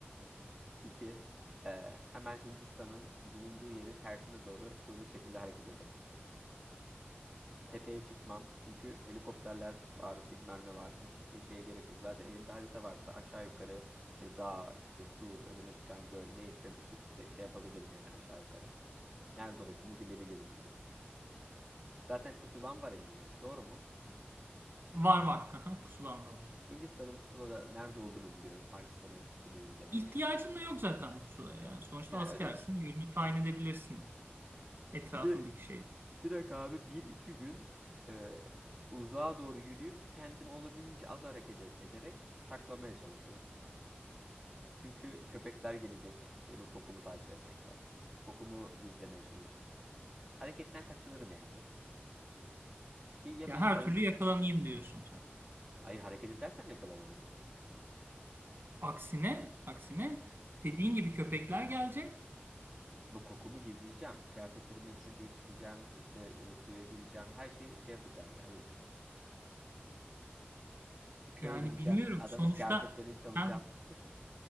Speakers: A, in the centre; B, on the right.
A: İki Ee, hemen Hindistan'ın bulunduğu yerin tersine doğru hızlı şekilde hareket ederim. Tepeye çıkmam çünkü helikopterler var, bilmem ne var. Hiç e, şeye gerek yok. Zaten elimde harita varsa aşağı yukarı e, dağ, işte su, önüme çıkan göl neyse bu şekilde şey yapabilirim yani aşağı yukarı. Nerede olduğumu bilebilirim gibi düşün. Zaten pusulam var elimde. Doğru mu?
B: Var var. Aha, Pusulan da var.
A: Hindistan'ın pusulada nerede olduğunu biliyorum. Pakistan'ın güneyinde mi?
B: İhtiyacın da yok zaten bu pusulaya yani. Sonuçta
A: Yani
B: askersin.
A: öyle düşün.
B: Yönünü tayin edebilirsin etrafındaki
A: Bir
B: şeyi.
A: Direkt abi bir iki gün e, uzağa doğru yürüyüp kendimi olabildiğince az hareket ed- ederek saklamaya çalışırım. Çünkü köpekler gelecek. Benim kokumu takip edecekler. Kokumu gizlemeye çalışırım. Hareketten kaçınırım yani. Ki ya
B: Ya
A: benim
B: her
A: öl...
B: türlü yakalanayım diyorsun sen.
A: Ay hareket edersem yakalanırım asıl.
B: Aksine, aksine dediğin gibi köpekler gelecek.
A: Bu kokumu gizleyeceğim. Kıyafetlerimin hepsini değiştireceğim. İşte e, suya gireceğim. Her şeyi şey yapacağım yani öyle düşün. Bir köye
B: Yani
A: gideceğim.
B: bilmiyorum.
A: Adamın
B: Sonuçta
A: kıyafetlerini çalacağım.
B: sen
A: <laughs>